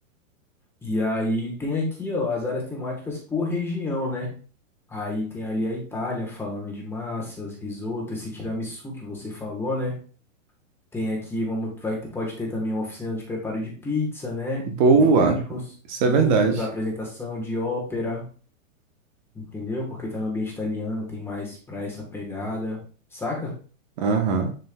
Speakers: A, in the centre; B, on the right.
A: E aí tem aqui, ó, as áreas temáticas por região, né? Aí tem ali a Itália, falando de massas, risoto, esse tiramisu que você falou, né? Tem aqui, vamos, vai, ter- pode ter também uma oficina de preparo de pizza, né?
B: Boa.
A: Vinhos,
B: Isso
A: vinhos,
B: é verdade.
A: apresentação de ópera, entendeu? Porque tá no ambiente italiano, tem mais pra essa pegada, saca?
B: Aham.